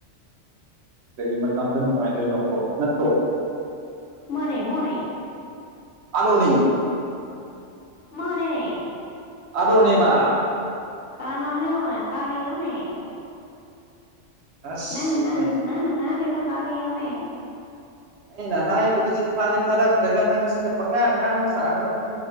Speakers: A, on the right; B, on the left.
A: ꯀꯔꯤ ꯃꯇꯝꯗ ꯅꯨꯡꯉꯥꯏꯗꯣꯏꯅꯣꯀꯣ ꯅꯠꯇ꯭ꯔꯣ
B: ꯃꯅꯦ ꯃꯅ
A: ꯑꯔꯅꯤ
B: ꯃꯥꯅꯦꯅꯦ
A: ꯑꯗꯣꯅꯦꯕ
B: ꯀꯥꯅꯅꯦ ꯀꯥꯔꯤ ꯏꯅꯣꯅꯦ
A: ꯑꯁ
B: ꯉꯅꯦꯉ
A: ꯃꯣꯏ
B: ꯉ ꯃꯉ ꯃꯤꯗꯣ ꯐꯥꯔ ꯌꯣꯅꯦ
A: ꯑꯩꯅ ꯍꯥꯏꯕꯗꯨ ꯁꯤ ꯊꯥꯗꯤ ꯊꯥꯔꯛꯇ꯭ꯔꯒ ꯅꯪ ꯁꯤꯗ ꯄꯪꯉꯥꯡ ꯉꯥꯡꯕ ꯁꯥꯔꯣ